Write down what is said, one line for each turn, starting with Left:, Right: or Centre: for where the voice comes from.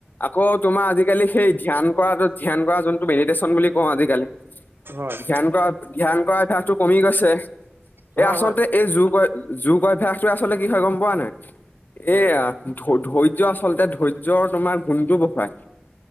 Left: আকৌ তোমাৰ আজিকালি সেই ধ্যান কৰাটো ধ্যান কৰা যোনটো মেডিটেশ্যন বুলি কওঁ আজিকালি।
Right: হয়
Left: ধ্যান কৰা ধ্যান কৰা অভ্যাসটো কমি গৈছে।
Right: হয়
Left: এই আচলতে
Right: হয়
Left: এই জোৰ কয় জোৰ কয় অভ্যাস তে আচলতে কি হয় গম পোৱা নাই
Right: উম
Left: এয়া ধৈৰ্য আচলতে ধৈৰ্যৰ তোমাৰ। ফোনটো বহায়